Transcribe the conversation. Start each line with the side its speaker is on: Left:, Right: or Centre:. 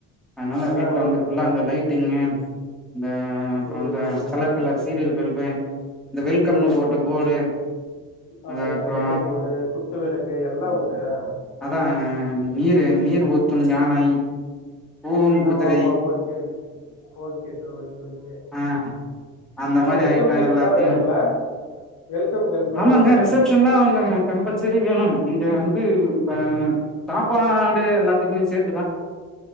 Centre: அதனால
Left: ஆ
Centre: வீட்ல
Left: ஓகே
Centre: வந்து ஃபுல்லா
Left: சார்
Centre: அந்த லைட்டிங்கு இந்த அப்ற
Left: ம்
Centre: அந்த கலர்
Left: ம்
Centre: கலர் சீரியல் பல்ப்பு இந்த வெல்கம்னு
Left: ம்
Centre: போட்டு
Left: ம்
Centre: போர்டு
Left: ஆமா
Centre: அது
Left: சார்
Centre: அப்றோ
Left: வெல்கம் போர்டு குத்து விளக்கு எல்லா உண்டு ஆ
Centre: அதா நீரு நீர் ஊத்தும் யானை கூவும் குதிரை
Left: ஆமா ஆமா okay okay okay sir okay okay
Centre: ஆ அந்த
Left: சார்
Centre: மாரி
Left: வெல்கம்
Centre: ஐட்ட
Left: கேர்ள்ஸ்லா
Centre: எல்லாத்தயு
Left: வேணுங்களா வெல்கம் கேர்ள்ஸ்லா
Centre: ஆமாங்க
Left: வேணுங்களா
Centre: ரிசப்ஷன்னா அவங்க கம்பல்சரி வேணு நீங்க வந்து இப்ப உம் தாப்பாடு எல்லாத்துக்குமே சேத்